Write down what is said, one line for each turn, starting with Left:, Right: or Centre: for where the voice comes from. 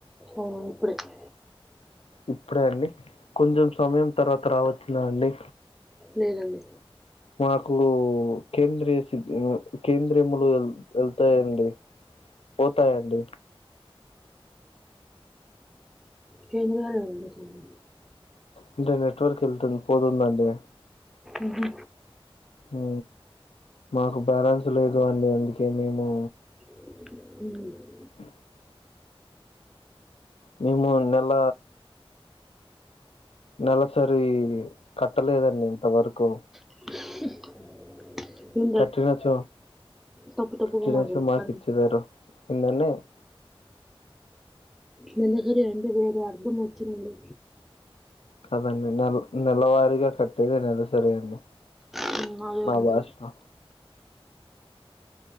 Centre: అవును ఇప్పటికే
Left: ఇప్పుడే అండి కొంచెం సమయం తర్వాత రావచ్చు లేండి
Centre: నేనండి
Left: మార్కులు కేంద్రీయ సిద్ కేంద్రీములు వెళ్తాయండి పోతాయండి
Centre: కేంద్ర <unintelligible>
Left: అంటే నెట్వర్క్ వెళ్తుంది పోతుందండీ
Centre: ఉహు
Left: ఉ మాకు బ్యాలెన్స్ లేదు అండి అందుకే మేము
Centre: ఉ
Left: <inaudible> మేము నెల నెలసరి కట్టలేదండి ఇంతవరకు
Centre: <inaudible>
Left: కఠిన చో
Centre: తప్పు తప్పుగా
Left: కఠినచ్చో
Centre: మాట్లాడుతున్నారు
Left: మార్కు ఇచ్చేదారు ఏందని <unintelligible>
Centre: నినకర రెండు వేల వరకు వచ్చిందండి
Left: కదండి నెల నెలవారీగా కట్టేది సరిగ్గా అండి
Centre: అద <unintelligible>
Left: మా భాషలో